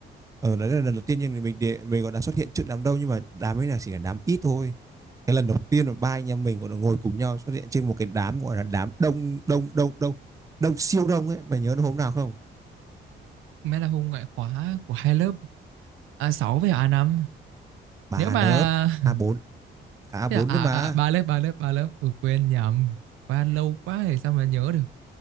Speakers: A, on the right; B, on the right.
A: Ờ, đấy là lần đầu tiên nhưng mình để, mình còn đã xuất hiện trước đám đông nhưng mà đám ấy là chỉ là đám ít thôi. Cái lần đầu tiên là ba anh em mình còn được ngồi cùng nhau xuất hiện trên một cái đám gọi là đám đông đông đông đông đông siêu đông ấy. Mày nhớ nó hôm nào không?
B: May là hôm ngoại khóa của hai lớp a sáu với a năm.
A: Ba
B: Nếu mà
A: lớp a bốn cả a bốn
B: Thế à, à,
A: nữa mà
B: à ba lớp ba lớp ba lớp Ui, quên nhầm qua lâu quá thì sao mà nhớ được